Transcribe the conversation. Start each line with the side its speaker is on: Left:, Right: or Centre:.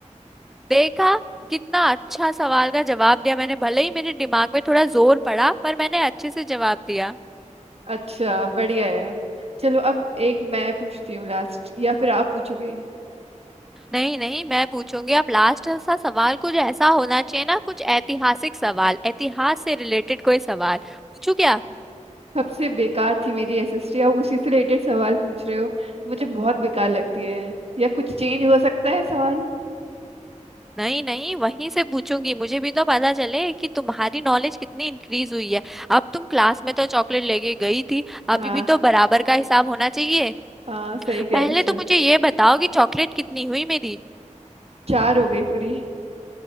Centre: देखा कितना अच्छा सवाल का जवाब दिया मैंने भले ही मेरे दिमाग में थोड़ा जोर पड़ा पर मैंने अच्छे से जवाब दिया
Right: अच्छा बढ़िया है चलो अब एक मैं पूछती हूँ लास्ट या फिर आप पूछोगे
Centre: नहीं नहीं मैं पूछूंगी अब लास्ट सा सवाल कुछ ऐसा होना चाहिए ना कुछ ऐतिहासिक सवाल इतिहास से रिलेटेड कोई सवाल पूछू क्या
Right: सबसे बेकार थी मेरी एसएसटी अब उसी से रिलेटेड सवाल पूछ रहे हो मुझे बहुत बेकार लगती है या कुछ चेंज हो सकता है सवाल
Centre: नहीं नहीं वहीं से पूछूंगी मुझे भी तो पता चले कि तुम्हारी नॉलेज कितनी इंक्रीज हुई है अब तुम क्लास में तो चॉकलेट लेके गई थी
Right: हाँ
Centre: अभी भी तो बराबर का हिसाब होना चाहिए
Right: हाँ सही कह
Centre: पहले
Right: रहे हो, चलो
Centre: तो मुझे ये बताओ कि चॉकलेट कितनी हुई मेरी
Right: चार हो गई पूरी